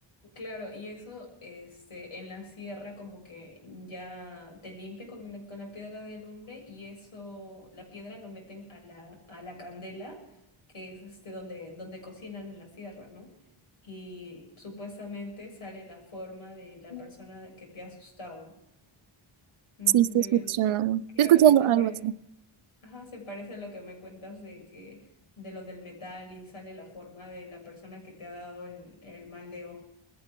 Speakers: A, on the left; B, on the right.
A: Claro, y eso este, en la sierra como que ya te limpia con la, con la piedra de alumbre y eso, la piedra lo meten a la, a la candela, que es este donde, donde cocinan en la sierra, ¿no? Y supuestamente sale la forma de la persona que te ha asustado. No
B: Sí,
A: sé si
B: te
A: se
B: escucho.
A: había escuchado. Claro,
B: Te escucho
A: y
B: algo
A: se
B: algo
A: pare...
B: así.
A: Ajá, se parece a lo que me cuentas de que de lo del metal y sale la forma de la persona que te ha dado el, el mal de ojo.